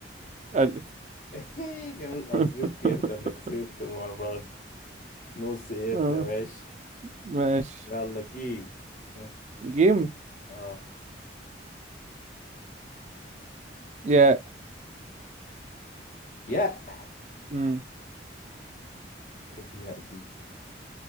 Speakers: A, on the right; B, on the left.
A: ألف
B: <laughs> جنوب أفريقيا
A: <laughs>
B: أنت اللي خسرت المرة دي نص قرد
A: آه،
B: يا باشا
A: ماشي
B: يلا جي آه.
A: جيم
B: اه
A: يا
B: ياء
A: مم.
B: ايه ياء دي